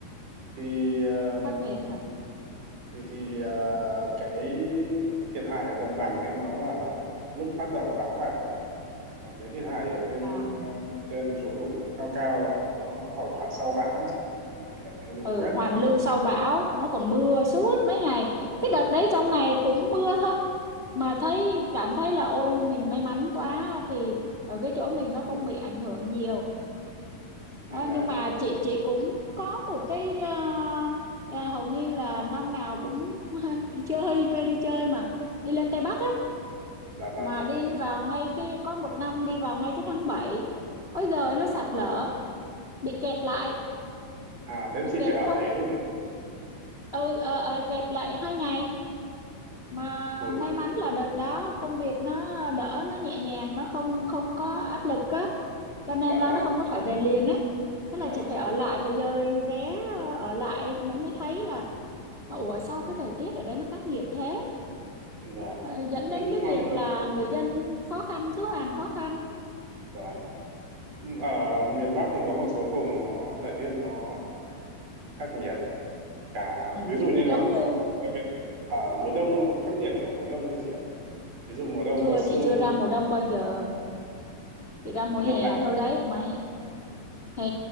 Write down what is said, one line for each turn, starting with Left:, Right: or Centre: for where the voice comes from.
Right: thì um,
Left: khắc nghiệt thật
Right: thì thì à, cái thiệt hại ở đồng bằng ấy nó là lúc bắt đầu bão vào còn cái thiệt hại ở bên
Left: à
Right: à, trên chỗ vùng núi cao cao là nó hậu quả sau bão ấy chị nó kiểu như lũ
Left: ừ
Right: quét
Left: hoàn lưu sau bão nó còn mưa suốt mấy ngày cái đợt đấy trong ngày cũng mưa thôi mà thấy cảm thấy là ôi mình may mắn quá thì ở cái chỗ mình nó không bị ảnh hưởng nhiều
Right: và
Left: Đó, nhưng mà chị chị cũng có một cái ờ, ờ, hầu như là năm nào cũng <laughs> đi chơi về đi chơi mà đi lên Tây Bắc á
Right: dạ vâng
Left: mà đi vào ngay cái có một năm đi vào ngay cái tháng 7, ôi giời nó
Right: Ừ.
Left: sạt lở bị kẹt lại
Right: à thế
Left: bị
Right: chị
Left: kẹt
Right: phải ở
Left: không
Right: đấy luôn ạ
Left: ừ ờ, ờ, kẹt lại hai ngày mà
Right: Ôi,
Left: may mắn là đợt đó công việc nó đỡ nó nhẹ nhàng nó không không có áp lực á cho nên
Right: dạ
Left: là
Right: vâng
Left: nó không có phải về liền á thế là
Right: dạ
Left: chị phải ở lại phải dời vé ờ, ở lại mới mới thấy là ủa sao cái thời tiết ở đây nó khắc nghiệt thế
Right: vâng
Left: Ờ, dẫn
Right: Ơ,
Left: đến
Right: nhưng
Left: cái
Right: mà
Left: việc là người dân khó khăn cứ hoàn khó khăn
Right: vâng ở miền Bắc thì có một số vùng nó thời tiết nó khắc nghiệt cả
Left: ừ.
Right: ví dụ như
Left: giống
Right: là
Left: như
Right: có đặc biệt ở mùa đông nó cũng khắc nghiệt kiểu mùa đông cơ chị ạ ví dụ mùa đông
Left: chưa
Right: có sương
Left: chị chưa ra mùa đông bao giờ chị ra mùa
Right: mùa
Left: hè
Right: đông lạnh
Left: thôi đấy mà hè